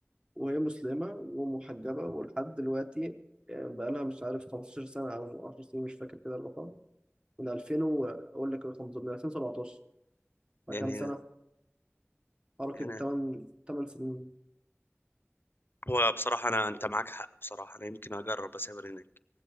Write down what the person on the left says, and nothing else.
يعني
يعني
هو بصراحه انا انت معاك حق بصراحه انا يمكن اجرب اسافر هناك